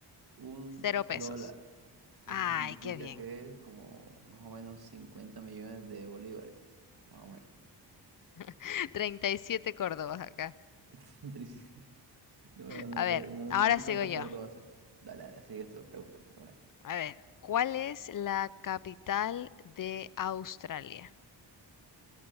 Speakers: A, on the right; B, on the left.
A: Un
B: Cero pesos.
A: dólar. Eso
B: Ay,
A: significa
B: qué bien.
A: que es como más o menos 50 millones de bolívares. Más o menos.
B: <laughs> 37 Córdobas acá.
A: <laughs> Trici- Bueno, no
B: A
A: sé,
B: ver,
A: no,
B: ahora
A: no sé
B: sigo
A: cuántos
B: yo.
A: cordos va a ser. Dale, dale, sigues tú, pregúntame. pa' ver.
B: A ver, ¿cuál es la capital de Australia?